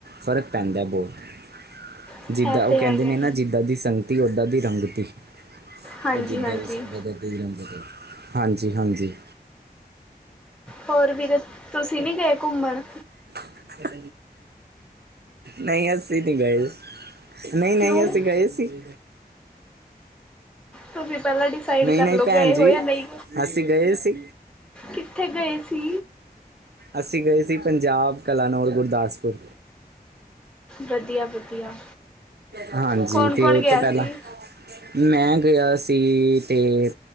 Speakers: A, on the right (about 80°); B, in the centre.
A: ਫ਼ਰਕ ਪੈਂਦਾ ਬਹੁਤ
B: ਇਹ
A: ਜਿੱਦਾਂ ਉਹ
B: ਤੇ
A: ਕਹਿੰਦੇ
B: ਹੈਗਾ
A: ਨੇ ਨਾ ਜਿੱਦਾਂ ਦੀ ਸੰਗਤੀ ਉੱਦਾਂ ਦੀ ਰੰਗਤੀ
B: ਹਾਂਜੀ
A: ਉਹ ਜਿੱਦਾਂ
B: ਹਾਂਜੀ
A: ਦੀ ਸੰਗਤ ਉਦਾਂ ਦੀ ਰੰਗਤ ਹਾਂਜੀ ਹਾਂਜੀ
B: ਹੋਰ ਵੀਰੇ ਤੁਸੀਂ ਨਹੀਂ ਗਏ ਘੁੰਮਣ
A: ਹ <unintelligible> ਨਹੀਂ ਅਸੀਂ ਨਹੀਂ ਗਏ ਨਹੀਂ ਨਹੀਂ
B: ਕਿਉਂ
A: ਅਸੀਂ ਗਏ ਸੀ <inaudible>
B: ਤੁਸੀਂ ਪਹਿਲਾਂ ਡਿਸਾਈਡ
A: ਨਹੀਂ
B: ਕਰਲ਼ੋ
A: ਨਹੀਂ
B: ਗਏ
A: ਭੈਣ ਜੀ
B: ਹੋ ਯਾਂ ਨਹੀਂ
A: ਅਸੀਂ ਗਏ ਸੀ
B: ਕਿੱਥੇ ਗਏ ਸੀ?
A: ਅਸੀਂ ਗਏ ਸੀ ਪੰਜਾਬ ਕਲਾਨੌਰ ਗੁਰਦਾਸਪੁਰ
B: ਵਧੀਆ ਵਧੀਆ
A: ਹਾਂਜੀ
B: ਕੌਣ
A: ਤੇ
B: ਕੌਣ
A: ਉਹ
B: ਗਿਆ
A: ਤੋਂ ਪਹਿਲਾਂ
B: ਸੀ
A: ਮੈਂ ਗਿਆ ਸੀ ਤੇ